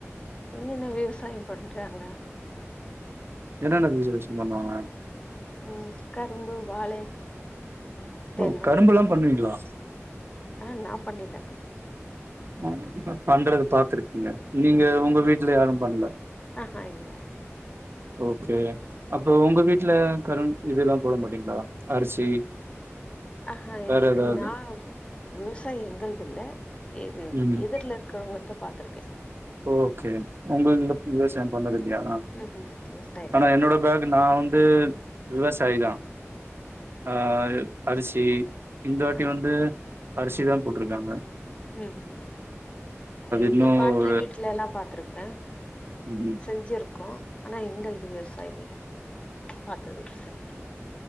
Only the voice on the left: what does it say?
இங்க என்ன விவசாயம் பண்றாங்க
ம், கரும்பு வாழை தென்னம்
ஆ, நா பண்ணல
ம்
ஆஹா இல்ல
ஆஹ இல்
நா விவசாய எங்க ள்துல்ல எது
எதிர்ல இருக்கிறவங்கள்து பாத்துருக்கே
ம்ஹும் விவசாய இல்ல
ஆ
ம்கும் எங்க
பாட்டி
வீட் லலா பாத்துருக்க
செஞ்சிருக்கோ ஆனா எங்களது வெர்சா இல்ல பாத்தது சரி